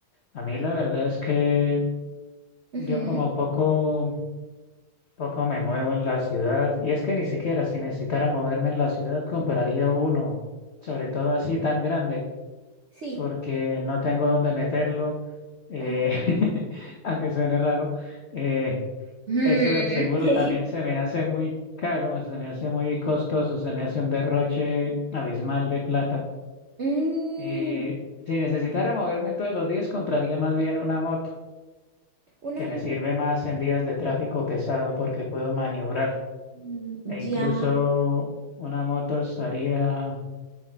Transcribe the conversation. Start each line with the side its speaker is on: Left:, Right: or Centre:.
Left: a mí la verdad es que yo
Right: Ujú,
Left: como poco Poco me muevo en la ciudad y es que ni siquiera si necesitara moverme en la ciudad compraría uno, sobre todo así tan grande,
Right: Sí.
Left: porque no tengo dónde meterlo, eh,
Right: Oh.
Left: <laughs> aunque suene raro. eh,
Right: Mm.
Left: eso del seguro
Right: <laughs>
Left: también se me hace muy caro, se me hace muy costoso, se me hace un derroche abismal de plata.
Right: Mm,
Left: Eh, si necesitara moverme todos los días compraría más bien una moto,
Right: una
Left: que me
Right: mu-
Left: sirve más en días de tráfico pesado porque puedo maniobrar.
Right: mm,
Left: E incluso
Right: ya,
Left: una moto estaría,